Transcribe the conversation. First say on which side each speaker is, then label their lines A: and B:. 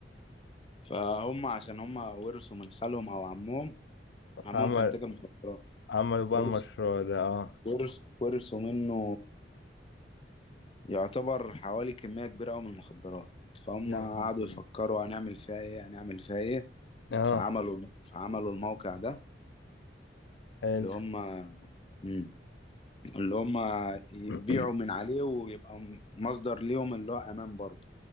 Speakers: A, on the left; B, on the left.
A: فهم عشان هم ورثوا من خالهم او عمهم عمهم
B: عمل
A: كان تاجر مخدرات
B: عمل بقى
A: ورث
B: المشروع ده اه
A: ورث ورثوا منه يعتبر حوالي كمية كبيرة أوي من المخدرات فهم
B: يا
A: قعدوا
B: نهار أبيض.
A: يفكروا هنعمل فيها ايه هنعمل فيها ايه
B: اه
A: فعملوا فعملوا الموقع ده
B: حلو
A: اللي هم مم. اللي هم يبيعوا
B: <clears throat>
A: من عليه ويبقى م- مصدر ليهم اللي هو امان برضه